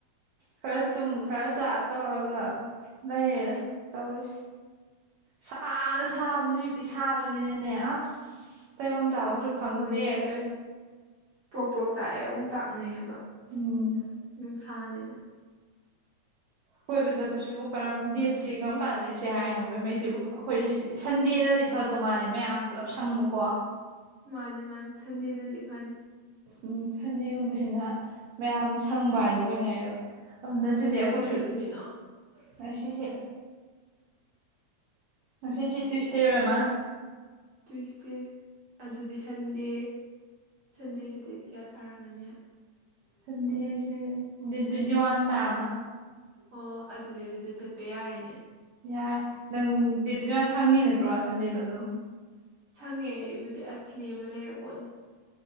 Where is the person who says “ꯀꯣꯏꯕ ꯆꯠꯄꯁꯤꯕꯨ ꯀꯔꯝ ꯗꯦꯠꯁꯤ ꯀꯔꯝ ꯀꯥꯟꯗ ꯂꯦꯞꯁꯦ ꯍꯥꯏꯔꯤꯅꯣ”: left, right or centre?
Right